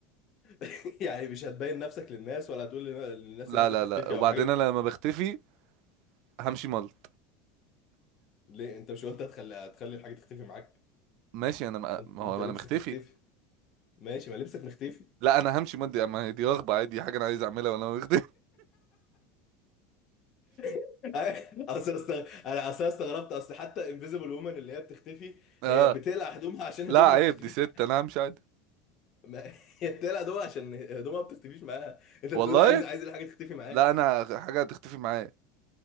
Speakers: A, on the left; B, on the right.
A: <laughs> يعني مش هتبين نفسك للناس ولا هتقول للناس
B: لا
A: ان انت
B: لا
A: بتختفي
B: لا وبعدين
A: او حاجه
B: انا لما بختفي همشي ملط
A: ليه انت مش قلت هتخلي هتخلي الحاجه تختفي معاك
B: ماشي انا ما
A: انت
B: ما
A: انت
B: هو
A: لبسك
B: انا مختفي
A: مختفي ماشي ما لبسك مختفي
B: لا انا همشي ملط دي ما هي دي رغبه عادي دي حاجه انا عايز اعملها وانا مختفي
A: <laughs> اصل استغ... انا اصل استغربت اصل حتى انفيزبل وومن اللي هي بتختفي
B: <laughs> اه
A: هي بتقلع هدومها عشان هدومها
B: لا عيب
A: ما بتختفيش
B: دي ست
A: معاها
B: انا همشي عادي
A: ما... <laughs> هي بتقلع هدومها عشان هدومها ما بتختفيش معاها انت
B: والله
A: بتقول عايز عايز الحاجه تختفي معاك
B: لا انا حاجه هتختفي معايا